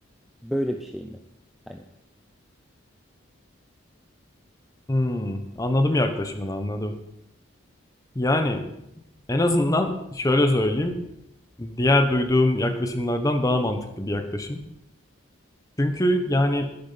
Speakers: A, in the centre; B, on the left.
A: böyle bir şey mi? Hani
B: Hmm, anladım yaklaşımını anladım. Yani en azından şöyle söyleyeyim. Diğer duyduğum yaklaşımlardan daha mantıklı bir yaklaşım. Çünkü yani